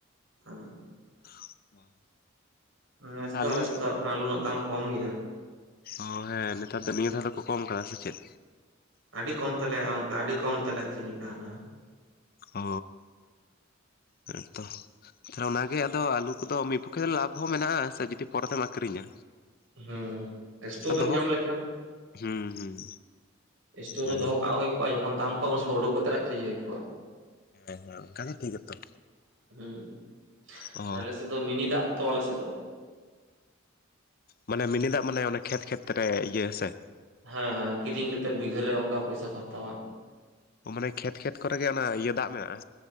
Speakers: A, on the right; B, on the left.
A: ᱦᱩᱸ᱾
B: <unintelligible>
A: ᱱᱮᱥ
B: ᱟᱞᱩ
A: ᱫᱚ ᱟᱞᱮ ᱥᱮᱫ ᱫᱚ ᱟᱞᱩ ᱨᱮᱱᱟᱜ ᱫᱟᱢ ᱠᱚᱢ ᱜᱮᱭᱟ᱾
B: ᱚ ᱦᱮᱸ, ᱱᱮᱛᱟᱨ ᱫᱚ ᱱᱤᱭᱟᱹ ᱫᱷᱟᱣ ᱫᱚ ᱠᱚ ᱠᱚᱢ ᱠᱟᱫᱟ ᱥᱮ ᱪᱮᱫ?
A: ᱟᱹᱰᱤ ᱠᱚᱢ ᱛᱮᱞᱮ ᱚᱱᱠᱟ, ᱟᱹᱰᱤ ᱠᱚᱢ ᱛᱮᱞᱮ ᱟᱹᱠᱷᱨᱤᱧ ᱠᱟᱣᱱᱟ᱾
B: ᱚ, ᱦᱮᱸᱛᱚ᱾ ᱛᱟᱦᱞᱮ ᱚᱱᱟ ᱜᱮ ᱟᱫᱚ ᱟᱞᱩ ᱠᱚᱫᱚ ᱢᱤᱫ ᱯᱚᱠᱠᱷᱮ ᱫᱚ ᱞᱟᱵᱽ ᱦᱚᱸ ᱢᱮᱱᱟᱜ-ᱟ ᱥᱮ ᱡᱩᱫᱤ ᱯᱚᱨᱮ ᱛᱮᱢ ᱟᱠᱷᱨᱤᱧᱟ᱾
A: ᱦᱩᱸ, ᱥᱴᱳᱨ ᱨᱮᱢ
B: ᱫᱚᱦᱚ
A: ᱧᱟᱢ ᱞᱮᱠᱷᱟᱱ᱾
B: ᱦᱩᱸ ᱦᱩᱸ᱾
A: ᱥᱴᱳᱨ
B: ᱦᱳᱭ
A: ᱨᱮ ᱫᱚᱦᱚ ᱠᱟᱜ ᱦᱩᱭ ᱠᱚᱜ-ᱟ ᱡᱚᱠᱷᱚᱱ ᱫᱟᱢ ᱠᱚᱜ-ᱟ ᱩᱱ ᱥᱚᱢᱚᱭ ᱩᱰᱩᱠ ᱠᱟᱛᱮᱫ ᱟᱠᱷᱨᱤᱧ ᱦᱩᱭ ᱠᱚᱜ-ᱟ᱾
B: ᱦᱮᱸ ᱦᱮᱸ ᱚᱱᱠᱟ ᱜᱮ ᱴᱷᱤᱠ ᱟᱛᱚ
A: ᱦᱩᱸ,
B: ᱚ
A: ᱟᱨ ᱟᱞᱮ ᱥᱮᱫ ᱫᱚ ᱢᱤᱱᱤ ᱫᱟᱜ ᱛᱚ ᱟᱞᱮ ᱥᱮᱫ ᱫᱚ᱾
B: ᱢᱟᱱᱮ ᱢᱤᱱᱤ ᱫᱟᱜ ᱢᱟᱱᱮ ᱚᱱᱮ ᱠᱷᱮᱛ ᱠᱷᱮᱛ ᱨᱮ ᱤᱭᱟᱹ ᱦᱮᱸ ᱥᱮ?
A: ᱦᱮᱸ ᱦᱮᱸ ᱠᱤᱨᱤᱧ ᱠᱟᱛᱮᱫ ᱵᱤᱜᱷᱟᱹ ᱨᱮ ᱚᱝᱠᱟ ᱯᱚᱭᱥᱟ ᱠᱚ ᱦᱟᱛᱟᱣᱟ᱾
B: ᱢᱟᱱᱮ ᱠᱷᱮᱛ ᱠᱷᱮᱛ ᱠᱚᱨᱮ ᱜᱮ ᱚᱱᱟ ᱤᱭᱟᱹ ᱫᱟᱜ ᱢᱮᱱᱟᱜ-ᱟ?